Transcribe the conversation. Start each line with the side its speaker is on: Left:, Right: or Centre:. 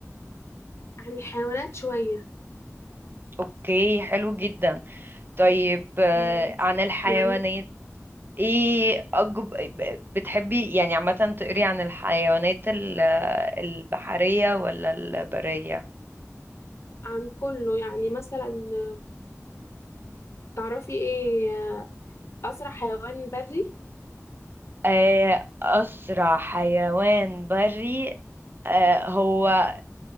Left: عن الحيوانات شوية
Right: اوكي حلو جدا طيب آه،
Left: مم،
Right: عن الحيوانات
Left: يعني
Right: ايه أجب... بتحبي يعني عامة تقري عن الحيوانات ال- البحرية ولا البرية
Left: عن كله يعني مثلا آه، تعرفي ايه آه، أسرع حيوان بري؟
Right: آه، أسرع حيوان بري آه، هو